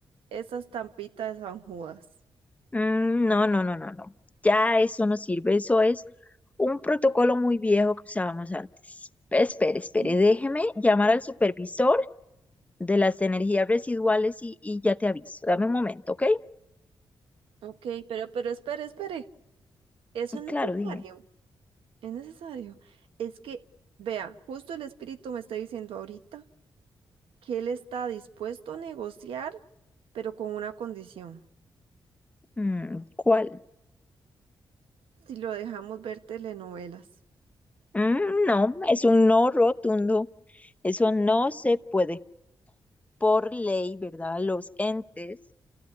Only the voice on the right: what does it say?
esas tampitas de San Judas.
Mm.
Ok, pero, pero espere, espere. Eso no
es necesario,
es necesario. Es que, vea, justo el espíritu me está diciendo ahorita que él está dispuesto a negociar, pero con una condición,
si lo dejamos ver telenovelas.